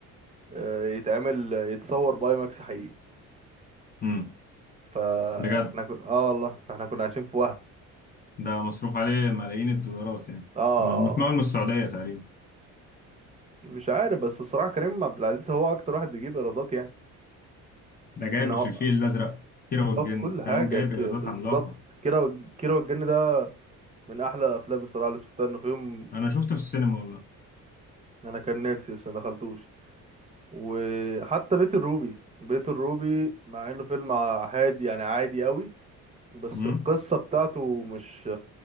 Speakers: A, on the right; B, on the left.
A: آه، يتعمل يتصور باي ماكس حقيقي
B: امم
A: فاحنا
B: بجد
A: كنا اه والله فاحنا كنا عايشين في وهم
B: ده مصروف عليه ملايين الدولارات يعني
A: اه آه،
B: م- متمول
A: آه،
B: من السعوديه تقريبا
A: مش عارف بس الصراحه كريم عبد العزيز هو اكتر واحد بيجيب ايرادات يعني
B: ده جايب
A: ان هو
B: في الفيل الازرق كيرة والجن
A: اه في كل حاجة
B: فاهم جايب
A: ك-
B: ايرادات
A: بالظبط
B: عملاقه
A: كيرة وال- كيرة والجن ده من أحلى الأفلام الصراحة اللي شفتها إنه في يوم
B: انا شفته في السينما والله
A: أنا كان نفسي بس ما دخلتوش وحتى بيت الروبي بيت الروبي مع إنه فيلم عادي يعني عادي قوي بس
B: امم
A: القصة بتاعته مش